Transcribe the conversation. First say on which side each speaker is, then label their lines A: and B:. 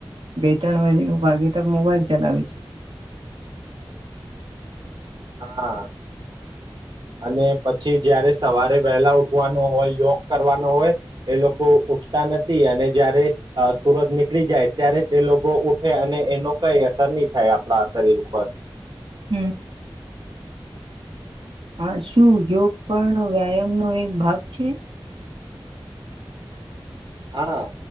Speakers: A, on the right; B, on the right.
A: બે ત્રણ વાગે ને વાગે ત મોબાઈલ ચલાવે છે.
B: હા. અને પછી જયારે સવારે વહેલા ઉઠવાનો હોય યોગ કરવાનો હોય એ લોકો ઉઠતા નથી અને જયારે સુરજ નીકળી જાય ત્યારે તે લોકો ઉઠે અને એનો કઈ સર નહી થાય આપડા શરીર ઉપર.
A: હમ. હા શું યોગ પણ વ્યાયામ નો એક ભાગ છે?
B: હા